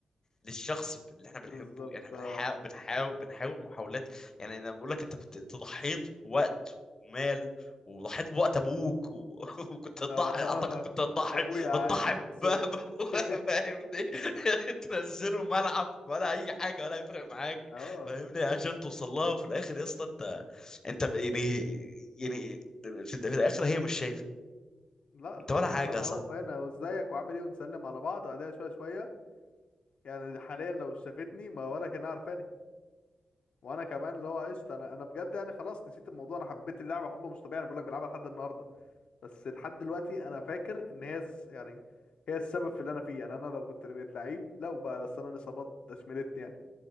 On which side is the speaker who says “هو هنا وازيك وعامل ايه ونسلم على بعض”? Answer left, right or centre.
Left